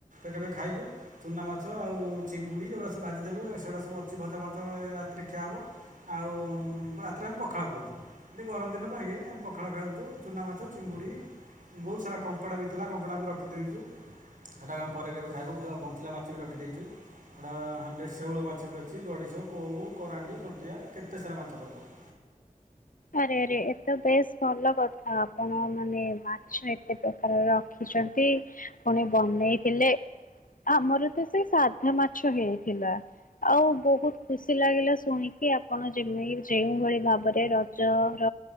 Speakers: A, on the right; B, on the left.
A: କେବେ ଖାଇବୁ ଚୁନାମାଛ ଆଉ ଚିଙ୍ଗୁଡି ଏଇଗୁଡା ସବୁ ଭାଜିଦେଲୁ। ସେଗୁଡା ସବୁ ଅଛି ଭଜା ମାଛ ରାତିରେ ଖିଆ ହେବ। ଆଉ ରାତିରେ ଆମେ ପଖାଳ ଖାଉଛୁ। ଏ ଗରମ ଦିନ ପାଇଁ କି ଆମେ ପଖାଳ ଖାଉଛୁ। ଚୁନାମାଛ ଚିଙ୍ଗୁଡି ବହୁତ ସାରା କଙ୍କଡା ବି ଥିଲା କଙ୍କଡା ଆମେ ରଖି ଦେଇଛୁ। ହେଟାକୁ ଆମେ ପରେ କେବେ ଖାଇବୁ। ବଞ୍ଚିଲା ମାଛ ବି ରଖିଦେଇଛୁ। ସେଟା ହାଣ୍ଡିରେ ଶେଉଳ ମାଛ ବି ଅଛି। ଗଡିଶ, କଉ, କରାଣ୍ଡି, କଣ୍ଟିଆ କେତେ ସାରା ମାଛ ପଡିଥିଲା।
B: ଆରେ ଆରେ ଏତ ବେଶ ଭଲ କଥା। ଆପଣ ମାନେ ମାଛ ଏତେ ପ୍ରକାର ରଖିଛନ୍ତି। ପୁଣି ବନେଇଥିଲେ। ଆମର ତ ସେ ସାଧା ମାଛ ହେଇଥିଲା। ଆଉ ବହୁତ ଖୁସି ଲାଗିଲା ଶୁଣିକି ଆପଣ ଯେମି ଯେଉଁଭଳି ଭାବରେ ରଜର